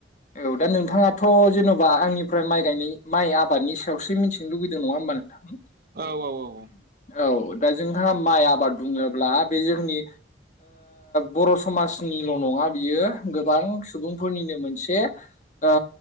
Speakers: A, on the left (about 40°); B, on the right (about 50°).
A: औ दा नोंथाङाथ' जेन'बा आंनिफ्राय माइ गायनाय माइ आबादनि सायावसो मिथिनो लुबगैदों नङा होमबा नोंथां?
B: औ औ औ
A: औ दा जोंहा माइ आबाद बुङोब्ला बे जोंनि बर' समाजनिल' नङा बियो गोबां सुबुंफोरनिनो मोनसे दे